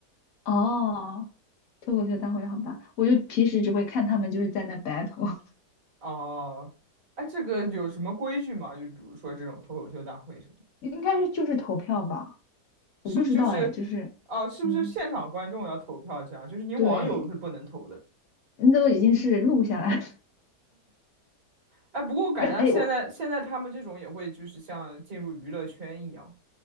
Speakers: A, on the left; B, on the right.
A: 哦，脱口秀大会好吧，我就平时只会看他们就是在那 battle，
B: 哦，哎，这个有什么规矩吗？就比如说这种脱口秀大会什么的
A: <laughs> 应该是就是投票吧，我不知道哎，
B: 是就是，
A: 就是
B: 啊，是不是现场观众要投票这样？
A: 嗯，
B: 就是你网友是不能投的。
A: 对，那都已经是录下来了
B: 哎，不过我感觉他现在现在他们这种也会就是像进入娱乐圈一样
A: <laughs> 而哎我